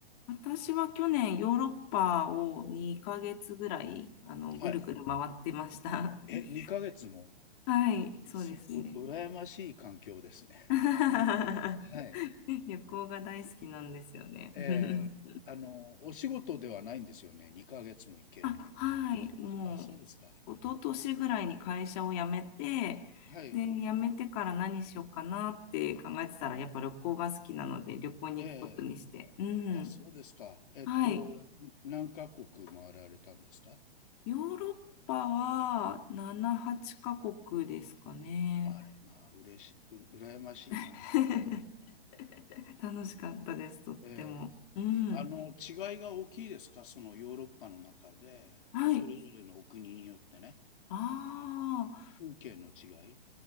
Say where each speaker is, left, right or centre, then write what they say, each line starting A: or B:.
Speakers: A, on the left; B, on the left.
A: 私は去年ヨーロッパを2ヶ月ぐらい、あの、ぐるぐる回ってました。
B: はい。え、
A: <laughs>
B: 2ヶ月も、
A: はい、そうですね。
B: す、う、羨ましい環境ですね。
A: <laughs>
B: <laughs> はい。
A: 旅行が大好きなんですよね。
B: ええ、
A: <laughs>
B: あの、お仕事ではないんですよね。2ヶ月も行けるなんて。
A: あ、はい、も
B: あ、そうですか。
A: う、一昨年ぐらいに会社を辞めて、
B: はい。
A: で、辞めてから何しようかなって考えてたら、やっぱ旅行が好きなので、旅行に行くことにして。
B: え
A: うん。
B: え。あ、そうですか。えっと、
A: はい。
B: ん何カ国回られたんですか
A: ヨーロッパは7、8カ国ですかね。
B: あれ、まあ、嬉し、う、羨ましいな。
A: <laughs>
B: ええ。
A: 楽しかったです、とっても。
B: ええ
A: うん。
B: あの、違いが大きいですかそのヨーロッパの中で、
A: はい。
B: それぞれのお国によってね。
A: ああ。
B: 風景の違い